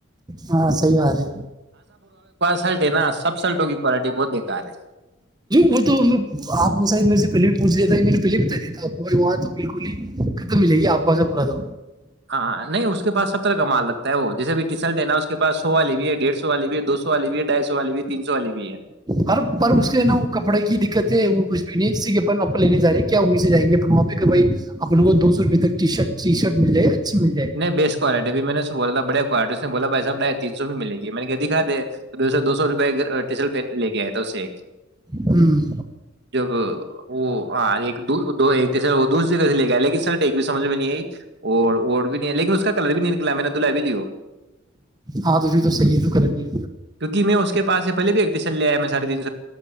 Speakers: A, on the right (about 20°); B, on the right (about 55°).
A: ہاں صحی بات ہے
B: سلٹ ہے نا سب سلٹوں کی کوالٹی بہت بےکار ہے
A: وہ تو آپ نے شاید میرے سے پہلے بھی پوچھ لیا تھا میں نے پہل بھی بتا دیا تھا آپ کو وہاں تو بالکل ہی ختم ملے گی آپ کوسا پا تھا
B: ہاں نہیں اس کے پاس ستر کا مال لگتا ہے وہ جیس بھی ٹیسلٹ ہے نا اس پا سو والی بھی ہے ڈیھ سو والی بھی ہے دو سو والی بھی ہے ڈھائی سو والی بھی ہے تین سو والی بھی ہے
A: ہ پر اس کے نا وہ کپڑے کی دقت ہے وہ کچھ بھی نہیں ج کہ آپ ل لینے جا رہے ہیں کیا امی سے جائیں گے اپنے ماںپی کو بائی اپنے کو دو سو روپے تکٹی ش ٹی شرٹ مل جائے اچھی مل جائے
B: نہیں بیس کوالٹیبھی میں نے بولا تھاڑ کوالٹی اس نے بو بائی صحب تین سو میں مل گی م میں نے کہ دکھا دے سو دو سو روپٹیسل پ لے کے آئے تھا اس سے ایک
A: ہوں
B: جب وہ ایکر وہ دوسری جگہ سے لے کے آئے لیکن سر ٹ بھی سمجھ میں نہیں آئی اور اور بھی نہیں ہے لیکن اس کا کلر بھی نہیں نکلا میں نے دلا بھی لو
A: ہاں تو تو صحی ہے کریں گے
B: کیوکی میں اس کے پاس سے پہے بھی ایک چل لے آ ہے میں ساریےن